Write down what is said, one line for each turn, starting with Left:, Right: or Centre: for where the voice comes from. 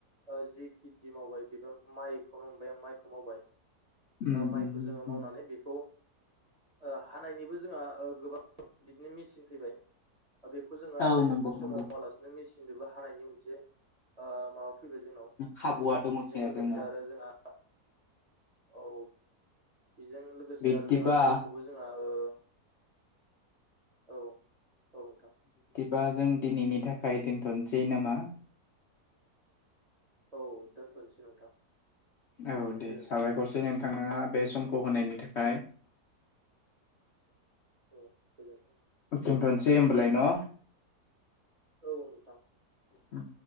Right: ओ जि खेथि मावबाय बेबो माइखौनो हमबाय आं माइखौ मावबाय
Left: उम
Right: माइखौ
Left: उम
Right: जोंङो
Left: उम
Right: मावनानै बेखौ ओ हानायनिबो जोंहा ओ गोबां बिदिनो मिसिं सिन फैबाय बेखौ जोंङो आखाइजों
Left: औ नंगौ
Right: खस्थ'
Left: नंगौ
Right: माव हारसिं मेसिनजोंबो हानायनि मोनसे ओ माबा फैबाय जोंनाव
Left: खाबुआ दङसै
Right: बेजों लोगोसे
Left: जोंनाव
Right: आरो जोंहा औ बेजों लोगोसे
Left: बिब्दिबा
Right: आरो जोंहा माइखौबो जोंहा ओ औ औ नोंथां।
Left: बा जों दिनैनि थाखाय दोनथ'नोसै नामा
Right: औ दोनथ'नोसै नोंथां
Left: औ दे
Right: गोजोन्थों
Left: साबायखरसै नोंथाङा बे समखौ होनायनि थाखाय
Right: औ गोजोन्थों
Left: दोनथ'सै होमबालाय न'
Right: औ नोंथां
Left: उम